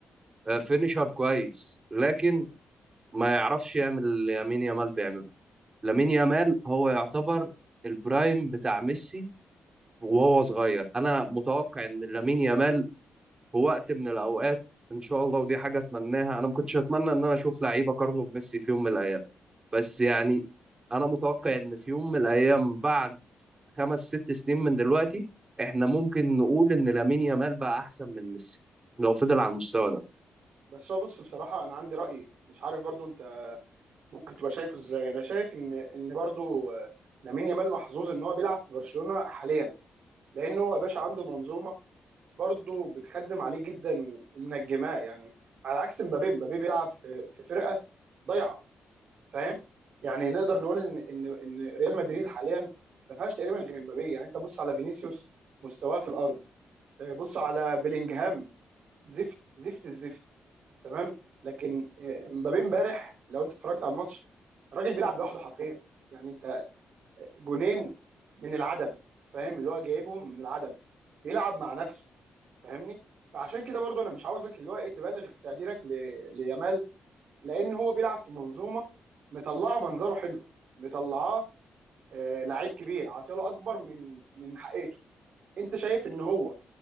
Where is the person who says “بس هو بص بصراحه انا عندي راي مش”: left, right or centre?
Right